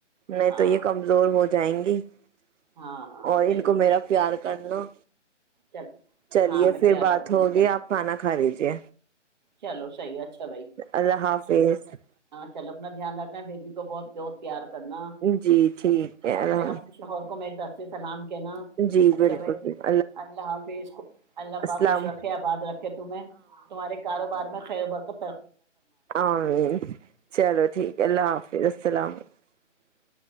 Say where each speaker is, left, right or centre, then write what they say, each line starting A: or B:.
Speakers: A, on the right; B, on the right.
A: نہیں
B: ہاں
A: تو یہ کمزور ہو جائیں گے ایک
B: ہاں ہاں
A: <unintelligible> اور
B: صحیح
A: ان کو
B: ہے
A: میرا پیار کرنا
B: چل
A: چلیے
B: ہاں میں
A: پھر
B: پیار
A: بات
B: کر دوں
A: ہوگی
B: گی، چل
A: آپ کھانا کھا لیجے
B: چلو صحیح اچھا بھائی <unintelligible>
A: اللہ حافظ <unintelligible>
B: چل اپنا دھیان رکھنا ہے بی کو بہت بہت پیار کر <unintelligible> کرنا
A: جی ٹھیک ہے
B: اپنے
A: اللہ
B: اپنے شہور کو میں دس <unintelligible> سلام <unintelligible> کہ نا
A: جی
B: اچھا
A: بالکل
B: بھائی
A: بالکل
B: اللہ حافظ اللہ
A: السلام
B: پاک خوش رکھے آباد رکھے تمہ تمہارے <unintelligible> کاروبار میں ک برت <unintelligible>
A: ع چلو ٹھیک ہے اللہ حافظ سسلام عم <unintelligible>